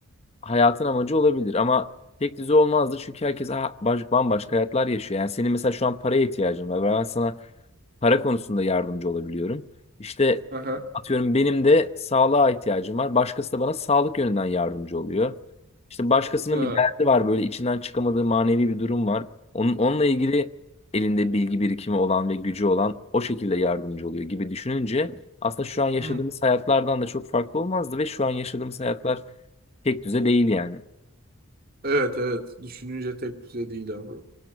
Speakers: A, on the left (about 30°); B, on the right (about 45°).
A: hayatın amacı olabilir ama tek düze olmazdı çünkü herkes ha- baş- bambaşka hayatlar yaşıyor. Yani senin mesela şu an paraya ihtiyacın var. Ben sana para konusunda yardımcı olabiliyorum. İşte
B: Aha.
A: atıyorum benim de sağlığa ihtiyacım var. Başkası da bana sağlık yönünden yardımcı oluyor. İşte başkasının
B: Ha.
A: bir derdi var böyle içinden çıkamadığı manevi bir durum var. Onun, onunla ilgili
B: Hı.
A: elinde bilgi birikimi olan ve gücü olan o şekilde yardımcı oluyor gibi düşününce aslında şu an yaşadığımız
B: Hı.
A: hayatlardan da çok farklı olmazdı ve şu an yaşadığımız hayatlar tek düze değil yani.
B: Evet evet. Düşününce tek düze değil abi.